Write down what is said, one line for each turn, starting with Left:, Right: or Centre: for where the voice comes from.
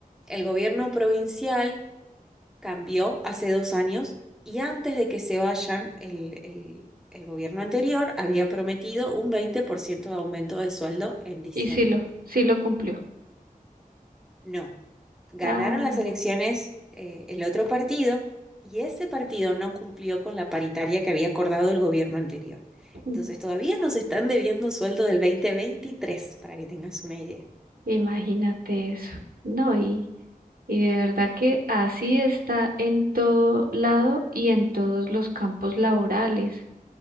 Centre: el gobierno provincial cambió hace dos años y antes de que se vayan, el, el el gobierno anterior había prometido un 20% de aumento de sueldo en diciembre.
Right: Y sí lo, sí lo cumplió.
Centre: No, ganaron
Right: Ah,
Centre: las elecciones eh, el otro partido y ese partido no cumplió con la paritaria que había acordado el gobierno anterior.
Right: mm,
Centre: Entonces todavía nos están debiendo sueldo del 2023, para que tengas una idea.
Right: imagínate eso. No, y, y de verdad que así está en todo lado y en todos los campos laborales.